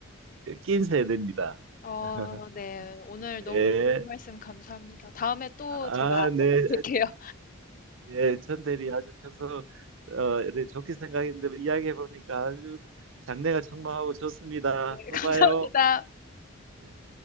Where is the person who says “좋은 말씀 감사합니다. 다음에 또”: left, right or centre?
Left